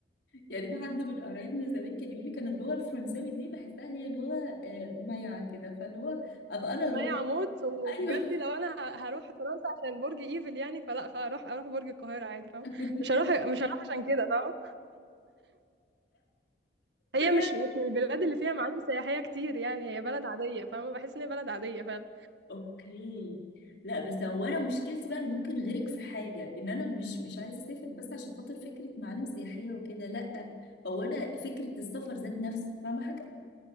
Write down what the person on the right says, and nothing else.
ما
هي عمود وبجد
لو انا ه- هروح فرنسا عشان برج ايفل يعني فلا خ- هروح اروح برج القاهره عادي فاهمه
مش هروح مش هروح عشان كده فاهمه هي
مش مش من البلاد اللي فيها معالم سياحيه كتير يعني هي بلد عاديه فاهمه بحس ان هي بلد عاديه فعلا